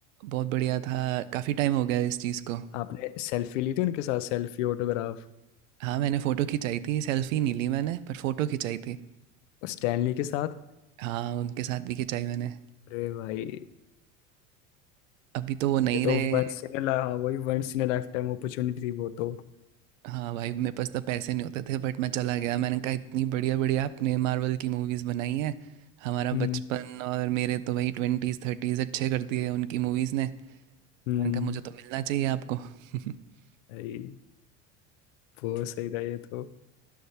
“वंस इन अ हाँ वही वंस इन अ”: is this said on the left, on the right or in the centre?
Left